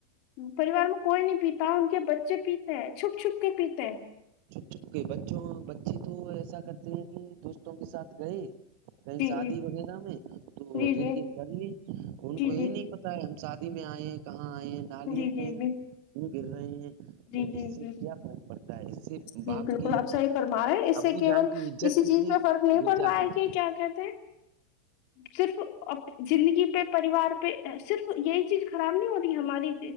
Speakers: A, on the left; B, on the right.
A: پریوار میں کوئی نہیں پیتا ان کے بچے پیتے ہیں چھپ چھپ کے پیتے ہیں
B: چ بچوں بچے تو ایسا کرتے ہیں کہ دوستوں کے ساتھ گئے کہیں
A: جی
B: شادی
A: جی
B: وغیرہ میں تو
A: جی
B: ڈرنکنگ
A: جی
B: کر لی ان
A: جی
B: کو یہ
A: جی
B: نہیں پ ہم شادی میں آئے کہاں آئے ہیں نالیوں
A: جی جی
B: میں کیوں
A: جی
B: گر رہے ہیں
A: جی
B: تو
A: جی
B: اس
A: جی
B: سے کیا فرق پڑتا ہے اس سے
A: جی
B: باپ
A: بالکل
B: کی
A: آپ صحیح فرما رہے ہیں اس سے
B: ابو
A: کیول
B: جان کی عزت
A: کسی
B: کتنی
A: چیز میں فرق نہیں
B: گر
A: پڑ
B: جاتی
A: پاائے
B: ہے
A: کہ کیا کہتے صرف زندگی پہ پریوار پہ صرف یہی چیز خراب نہیں ہوتی ہماری